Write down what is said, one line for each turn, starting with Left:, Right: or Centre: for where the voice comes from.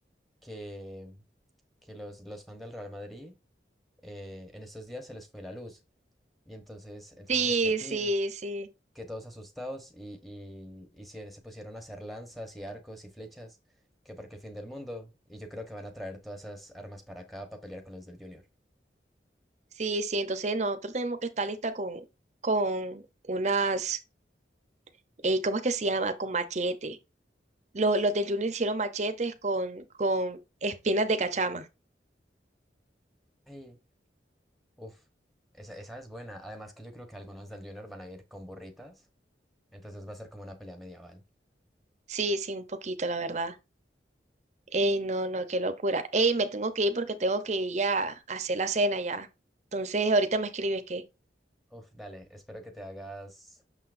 Centre: Que, que los, los fans del Real Madrid eh, en estos días se les fue la luz. Y entonces, entonces
Right: Sí,
Centre: disquetín.
Right: sí, sí,
Centre: que todos asustados y, y, y se, se pusieron a hacer lanzas y arcos y flechas, que porque el fin del mundo, y yo creo que van a traer todas esas armas para acá para pelear con los del Junior.
Right: sí, sí. Entonces nosotros tenemos que estar lista con, con unas, eh, ¿cómo es que se llama? Con machete. Los, los del Junior hicieron machetes con, con espinas de cachama.
Centre: Ay, uff, esa, esa es buena. Además que yo creo que algunos del Junior van a ir con burritas, entonces va a ser como una pelea medieval.
Right: Sí, sí, un poquito, la verdad. Ey, no, no, qué locura. Ey, me tengo que ir porque tengo que ir a hacer la cena ya. Entonces ahorita me escribes que,
Centre: Uf, dale, espero que te hagas